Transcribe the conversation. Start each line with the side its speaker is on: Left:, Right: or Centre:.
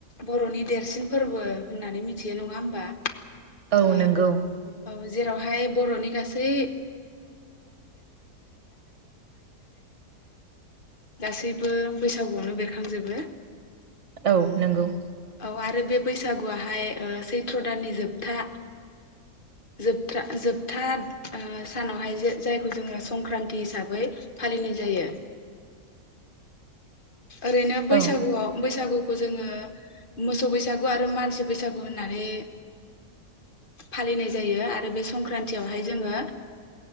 Left: बर'नि देरसिन फोरबो होननानै मिथियो नङा होमबा
Right: औ
Left: ओ
Right: नंगौ
Left: औ जेरावहाय बर'नि गासै गासैबो बैसागुआवनो बेरखांजोबो
Right: औ नंगौ
Left: औ आरो बे बैसागुवहाय ओ सैथ्र दाननि जोबथा जोबथ्रा जोबथा सानावहाय जे जायखौ जोङो संक्रान्ति हिसाबै फालिनाय जायो। ओरैनो बैसागुआव
Right: औ
Left: बैस बैसागुखौ जोङो मोसौ बैसागु आरो मानसि बैसागु होननानै फालिनाय ओ जायो आरो बे संक्रान्तियावहाय जोङो